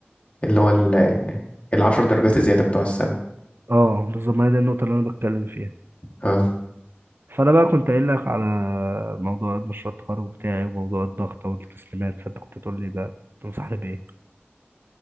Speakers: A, on the left (about 35°); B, on the right (about 60°).
A: اللي هو ال... العشر درجات الزياده بتوع السنه
B: اه بالظبط ما هي دي النقطه اللي انا بتكلم فيها
A: اه
B: فانا بقى كنت قايل لك على موضوع مشروع التخرج بتاعي وموضوع الضغط والتسليمات فانت كنت تقول لي بقى تنصحني بايه